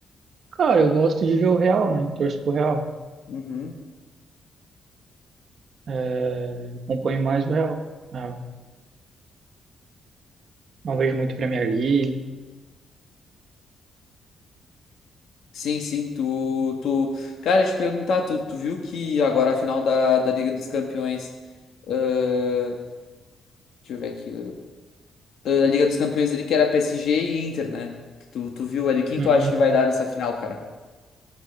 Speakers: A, on the right (about 60°); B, on the left (about 75°).
A: Cara, eu gosto de ver o Real, né, torço pro Real.
B: Uhum.
A: É, acompanho mais o Real. Não, não vejo muito Premier League.
B: Sim, sim, tu, tu... Cara, eu te perguntar, tu, tu viu que agora a final da, da Liga dos Campeões... ahn, Deixa eu ver aqui. eh, da Liga dos Campeões ali, que era PSG e Inter, né? Que tu, tu viu ali. Quem
A: Uhum.
B: tu acha que vai dar nessa final, cara?